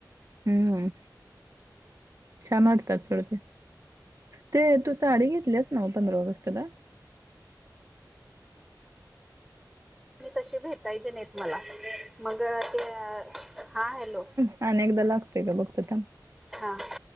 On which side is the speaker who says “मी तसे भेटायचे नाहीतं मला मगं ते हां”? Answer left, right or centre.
Centre